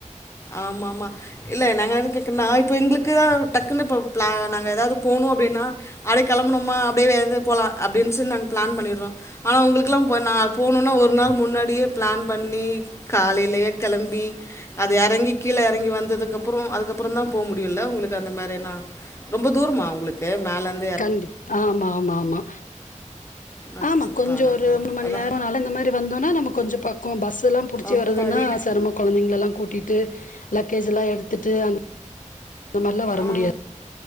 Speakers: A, on the left; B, on the left.
A: ஆமா ஆமா இல்ல நாங்க என்னத்து கேக்குன்னா இப்ப எங்களுக்குதா டக்குன்னு இப்ப பிளான் நாங்க ஏதாவ்து போனு அப்டின்னா அப்டியே கெம்புணுமா அப்டிவேறது போலா அப்டின்னு <unintelligible> நாங்க பிளான் பண்ணிடுறோ ஆனா உங்களுக்கெல்லா போனா போனும்னா ஒரு நாள் முன்னாடியே பிளான் பண்ணி காலையிலயே கிளம்பி அது எறங்கி கீழ எறங்கி வந்ததுக்கப்றோ அதுக்கப்பறந்தா போக முடியு முடியுல்ல உங்களுக்கு அந்த மாரின ரொம்ப தூரமா உங்களுக்கு மேல இருந்து
B: கண்டிப் ஆமா ஆமா ஆமா
A: அச்சோ
B: ஆமா கொஞ்ச
A: பாரா
B: ஒரு மூணுமண்
A: அதா
B: நேரோ நடந்த மாரிந்தோம்ன்னா நம்ம கொஞ்ச பக்கோ பஸ்ல்லா புடுச்சு
A: அப்பாடி
B: வருதுன்னா செரமோ கொழந்தைங்கள்லா கூட்டிட்டு லக்கேஜ் எல்லா எடுத்துட்டு அந்த மாரிலா வர
A: ஆ
B: முடியா